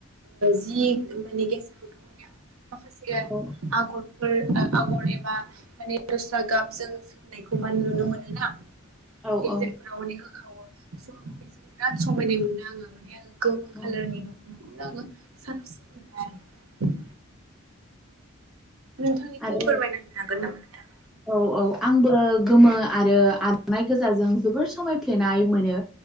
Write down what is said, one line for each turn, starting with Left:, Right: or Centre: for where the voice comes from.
Right: जि मानि गेजेरावथ' माने माखासे
Centre: औ
Right: आगरफोर आगर ए बा माने दस्रा गाबजों सोंनाय गोबान नुनो मोनोना
Centre: औ
Right: गेजेरफोराव
Centre: औ
Right: माने होखावो स' बेजों बिराद समायनाय मोनो आङो माने गोमो
Centre: औ
Right: खालारनि <inaudible> साबसिन मोनो आरो नोंथांनिखौबो
Centre: आरो
Right: फोरमायना होनो हागोन नामा? नोंथाङा?
Centre: औ औ आंबो गोमो आरो आर'नाइ गोजाजों जोबोर समाय फ्लेनाय मोनो